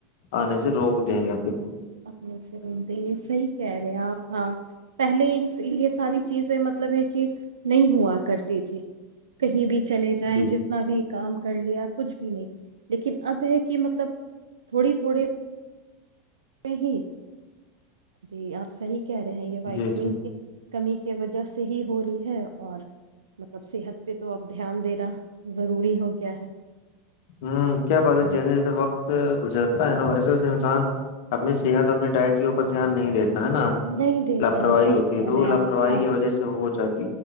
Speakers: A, on the left; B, on the right.
A: آنے سے روک دیں گا
B: اپنے سے رتے ہیں صحیح کہہ رہے آپ ہاں پہلے یہ ساری چیزیں مطلب ہے کہ نہیں ہوا کرتی تھی کہیں بھی چلے جائیں
A: جی
B: جتنا بھی کام کر لیا کچھ بھی نہیں لیکن اب ہے کہ مطلب تھوڑی تھوڑی ہی جی آپ صحیح کہہ رہے ہیں یہ وائٹامن
A: جی جی
B: کے کمی کی وجہ سے ہی ہو رہی ہے اور مطلب صحت پہ تو اب دھیان دینا ضروری ہو گیا ہے
A: ہوں کیا بات ہے
B: جی
A: جیسے جیسے وقت گزرتا ہے نا بھائی ج انسان اپنی صحت اور اپنی ڈائٹ کے اوپر دھیان نہیں دیتے ہے نا
B: نہیں دیتا
A: لاپروی
B: صحیح
A: ہوتی
B: کہہ
A: ہے تو
B: رہے
A: وہ
B: ہیں
A: لاپرواہی
B: آپ ہاں
A: کی وجہ سے وہ چاہ